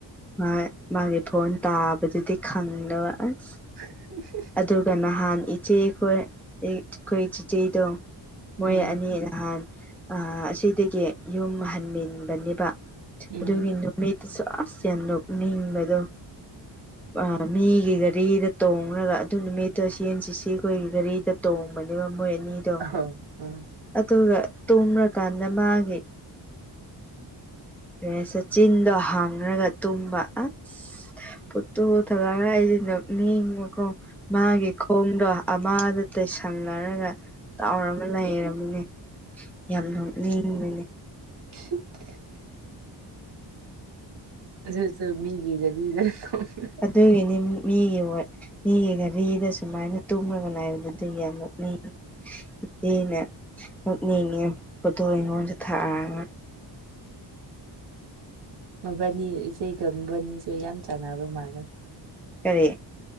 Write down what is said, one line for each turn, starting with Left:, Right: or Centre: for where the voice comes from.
Centre: ꯍꯣꯏ ꯃꯥꯒꯤ ꯐꯣꯟ ꯇꯥꯕꯗꯨꯗꯤ ꯈꯪꯗꯕ ꯑꯁ
Right: <unintelligible>
Centre: ꯑꯗꯨꯒ ꯅꯍꯥꯟ ꯏꯆꯦ ꯈꯣꯏ ꯑꯩ ꯈꯣꯏ ꯆꯤꯆꯦꯗꯣ ꯃꯣꯏ
Right: ꯎꯝ
Centre: ꯑꯅꯤ ꯅꯍꯥꯟ ꯑ ꯑꯁꯤꯗꯒꯤ ꯌꯨꯝ ꯍꯟꯃꯤꯟꯕꯅꯦꯕ
Right: ꯎꯝ
Centre: ꯑꯗꯨꯒꯤ ꯅꯨꯃꯤꯠꯇꯁꯨ ꯑꯁ ꯌꯥꯝ ꯅꯣꯛꯅꯤꯡꯕꯗꯣ ꯑ ꯃꯤꯒꯤ ꯒꯥꯔꯤꯗ ꯇꯣꯡꯔꯒ ꯑꯗꯨ ꯅꯨꯃꯤꯠꯇꯣ ꯁꯤ ꯑꯦꯟꯁꯤꯁꯤ ꯈꯣꯏꯒꯤ ꯒꯥꯔꯤꯗ ꯇꯣꯡꯕꯅꯦꯕ ꯃꯣꯏ ꯃꯤꯗꯣ
Right: ꯑꯧ ꯑꯥ
Centre: ꯑꯗꯨꯒ ꯇꯣꯡꯔꯀꯥꯟꯗ ꯃꯥꯒꯤ ꯔꯦꯁ ꯆꯤꯟꯗꯣ ꯍꯥꯡꯔꯒ ꯇꯨꯝꯕ ꯑ ꯐꯣꯠꯇꯣ ꯊꯥꯔꯛꯑꫭ ꯍꯥꯏꯔꯒ ꯑꯩꯗꯤ ꯅꯣꯛ ꯅꯤꯡꯕꯀꯣ ꯃꯥꯒꯤ ꯈꯣꯡꯗꯣ ꯑꯃꯗ ꯇꯩꯁꯟꯅꯔꯒ ꯇꯥꯎꯔꯝ ꯂꯩꯔꯝꯅꯦ ꯌꯥꯝ ꯅꯣꯛꯅꯤꯡꯕꯅꯦ
Right: <inaudible> ꯑꯗꯨꯖꯨ ꯃꯤꯒꯤ ꯒꯥꯔꯤꯗꯣ ꯇꯣꯡꯔ
Centre: ꯑꯗꯨꯒꯤꯅꯤ ꯃꯤꯒꯤ ꯃꯤꯒꯤ ꯒꯔꯤꯗ ꯁꯨꯃꯥꯏꯅ ꯇꯨꯝꯂꯒ ꯂꯩꯕꯗꯨ ꯑꯗꯨꯏ ꯌꯥꯝ ꯅꯣꯛꯅꯤꯡꯉꯤ ꯏꯆꯦꯅ ꯅꯣꯛꯅꯤꯡꯉꯦ ꯐꯣꯇꯣ ꯑꯩꯉꯣꯟꯗ ꯊꯥꯔꯥꯑ
Right: ꯃꯕꯥꯅꯤ ꯏꯆꯦꯒ ꯃꯕꯅꯤꯁꯦ ꯌꯥꯝ ꯆꯥꯟꯅꯕ ꯃꯥꯜꯂꯦ
Centre: ꯀꯔꯤ